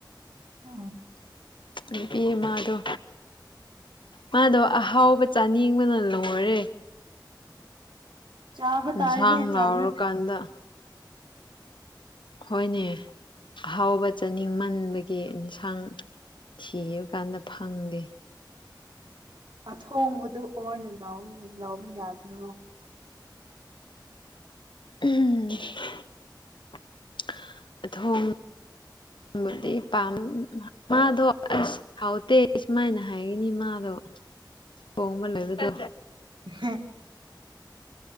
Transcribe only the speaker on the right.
ꯑ
ꯆꯥꯕ
ꯇꯥꯔꯦꯅꯦ
ꯆꯥꯅꯤ
ꯑꯊꯣꯡꯕꯗꯨ ꯑꯣꯏꯅ ꯂꯧ ꯂꯧꯕ ꯌꯥꯗ꯭ꯔꯣ
<unintelligible>